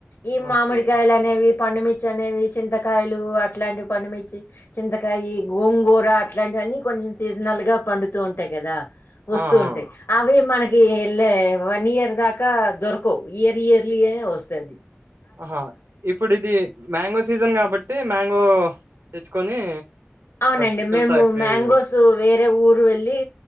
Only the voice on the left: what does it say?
ఈ మామిడికాయలు
అనేవి పండుమిర్చి అనేవి చింతకాయలు అట్లాంటివి పండుమిర్చి చింతకాయి గోంగూర అట్లాంటి కానీ కొంచం సీజనల్ గా పండుతూ ఉంటాయి కదా వస్తూ
ఉంటాయి అవి మన ఇళ్లే వన్ ఇయర్ దాకా దొరకవ్ ఇయర్ ఇయర్లీనే వస్తాది
అవునండి
మేము
మ్యాంగోస్
వేరే ఊరు వెళ్ళి